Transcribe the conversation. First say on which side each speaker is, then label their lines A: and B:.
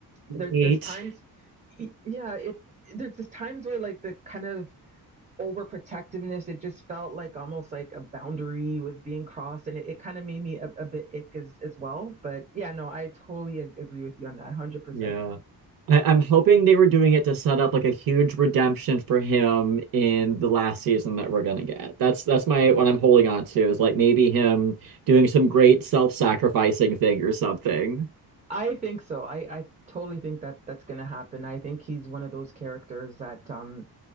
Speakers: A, on the right; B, on the right.
A: There
B: Nate.
A: there's times y- yeah, it there's just times where like the kind of overprotectiveness. It just felt like almost like a boundary was being crossed, and it, it kind of made me a, a bit ick as as well. But yeah, no, I totally ag- agree with you on that, one hundred percent.
B: Yeah. I, I'm hoping they were doing it to set up like a huge redemption for him in the last season that we're gonna get. That's that's my what I'm holding on to is like maybe him doing some great self-sacrificing thing or something.
A: I think so. I, I totally think that that's going to happen. I think he's one of those characters that um